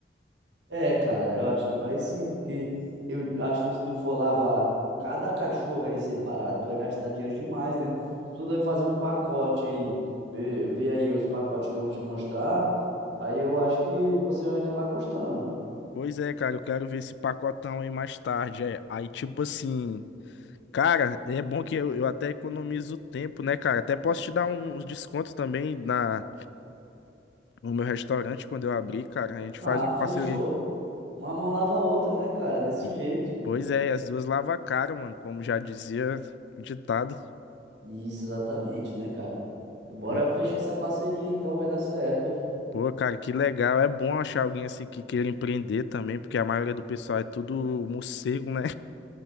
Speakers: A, on the right (about 85°); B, on the left (about 75°).
A: É, cara, eu acho que vai sim, porque eu acho que se tu for lavar cada cachorro aí separado, tu vai gastar dinheiro demais, né? Se tu vai fazer um pacote aí, ver ver aí os pacotes que eu vou te mostrar, aí eu acho que você vai acabar gostando.
B: Pois é, cara, eu quero ver esse pacotão aí mais tarde. É, aí, tipo assim, cara, é bom que eu, eu até economizo tempo, né, cara? Até posso te dar um- uns descontos também na, no meu restaurante quando eu abrir, cara. A gente
A: Ah,
B: faz uma
A: fechou.
B: parceria.
A: Uma mão lava a outra, né, cara? Desse
B: E-
A: jeito.
B: Pois é, as duas lavam a cara, mano, como já dizia o ditado.
A: Isso, exatamente, né, cara? Bora
B: Pois-
A: fechar essa parceria então, vai dar certo.
B: Pô, cara, que legal. É bom achar alguém assim que queira empreender também, porque a maioria do pessoal é tudo morcego, né?